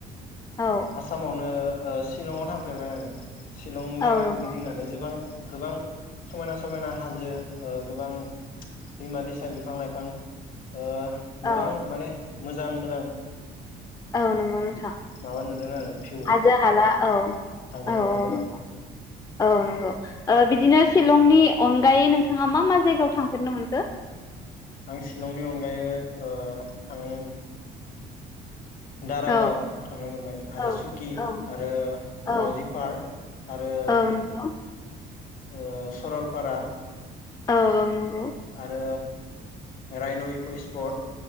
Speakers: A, on the left; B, on the left.
A: औ
B: आसामावनो ओ सिशलंआव थांफेरबाय आङो शिलं
A: औ
B: जायगाखौ
A: नंगौ
B: गिदिंनानै गोबां गोबां समायना समायना हाजो गोबां दैमा दैसा बिफां लाइफां ओ गोबां
A: औ
B: माने मोजां मोजां
A: औ नंगौ नोंथां
B: माबा ओ नुदों आरो भिउ
A: हाजो हाला
B: पइन्ट
A: औ औ
B: हाजो हाला
A: औ
B: गोबां
A: नंगौ औ नंगौ ओ बिदिनो शिलंनि अनगायै नोंथाङा मा मा जायगायाव थांफेरनो मोनखो?
B: आं शिलंनि अनगायै ओ थांन दारागाव
A: औ
B: थांनो मोनबाय आरो
A: औ
B: सुकि
A: औ
B: आरो
A: औ
B: मावउजि पार्क आरो
A: औ नंगौ
B: ओ सरलपारा
A: औ औ नं
B: आरो रायन' इकुये र्स्पट